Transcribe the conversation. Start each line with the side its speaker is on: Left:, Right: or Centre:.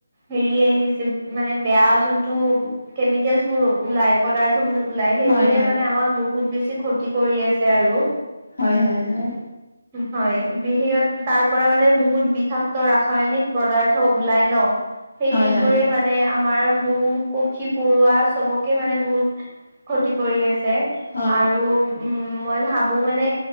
Right: হেৰি আহিছে মানে বেয়া যোনতটো কেমিকেলচ বোৰ ওলাই পদাৰ্থ বোৰ ওলাই সেইবোৰে
Left: হয় হয়
Right: মানে আমাক বহুত বেছি ক্ষতি কৰি আছে আৰু।
Left: হয়, হয়, হয়।
Right: হয় বিহত তাৰ পৰা মানে বহুত বিষাক্ত ৰাসায়নিক পদাৰ্থ ওলাই ন সেইবোৰে
Left: হয়
Right: মানে। আমাৰ বহু পক্ষী, পৰুৱা চবকে মানে বহুত ক্ষতি কৰি আছে।
Left: হয়
Right: আৰু উম। মই ভাবো মানে